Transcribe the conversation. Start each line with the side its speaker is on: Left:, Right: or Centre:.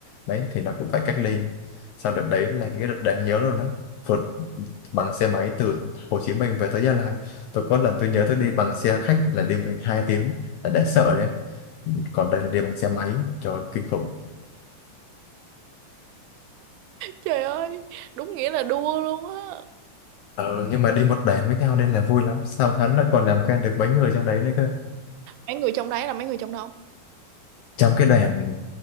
Left: đấy thì nó cũng phải cách ly sau đợt đấy là cái đợt đáng nhớ luôn đó Vượt bằng xe máy từ Hồ Chí Minh về tới Gia Lai Tôi có lần tôi nhớ tôi đi bằng xe khách là đi mười hai tiếng Đã, đã sợ đấy Còn đây là đi bằng xe máy Trời ơi, kinh khủng
Right: trời ơi đúng nghĩa là đua luôn á
Left: ờ, Nhưng mà đi một đoàn với nhau nên là vui lắm Xong hắn là còn làm quen được mấy người trong đấy nữa cơ
Right: mấy người trong đấy là mấy người trong đâu
Left: trong cái đoàn